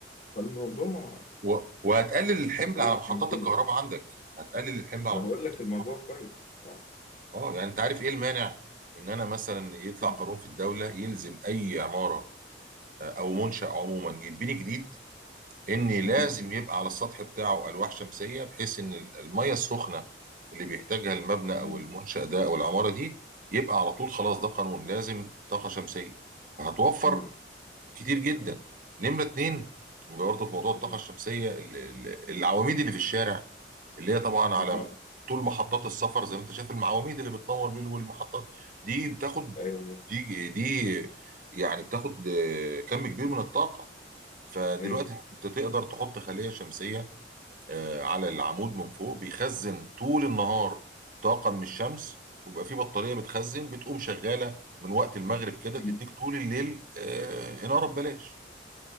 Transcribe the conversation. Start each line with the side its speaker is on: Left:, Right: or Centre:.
Left: فالموضوع
Right: و- وهتقلل الحمل
Left: كويس
Right: على محطات
Left: من كله
Right: الكهرباء
Left: يعني
Right: عندك هتقلل الحمل على
Left: انا
Right: محطات
Left: بقول لك
Right: الكهرباء
Left: الموضوع كويس اه
Right: اه يعني انت عارف ايه المانع ان انا مثلا يطلع
Left: مم.
Right: قانون في الدوله يلزم اي عماره آه، او منشا عموما يتبني جديد ان لازم
Left: مم.
Right: يبقى على السطح بتاعه الواح شمسيه بحيث ان ال- الميه السخنه اللي بيحتاجها المبنى او
Left: مم.
Right: المنشا ده او العماره دي يبقى على طول خلاص ده قانون لازم طاقه شمسيه فهتوفر
Left: مم.
Right: كتير جدا نمره اتنين برضه في موضوع الطاقه
Left: مم.
Right: الشمسيه ال- ال- العواميد اللي في الشارع اللي هي طبعا
Left: بالظبط
Right: على طول محطات السفر زي ما انت شايف المعواميد اللي بتنور بيه والمحطات دي بتاخد
Left: ايوه بالظبط
Right: دي دي يعني بتاخد آه، كم كبير من الطاقة فدلوقتي
Left: ايوه
Right: انت تقدر تحط خلية شمسية آه، على العمود من فوق بيخزن طول النهار طاقة من الشمس ويبقى في بطارية بتخزن بتقوم شغالة من وقت المغرب كده
Left: مم.
Right: تديك طول الليل آه، إنارة ببلاش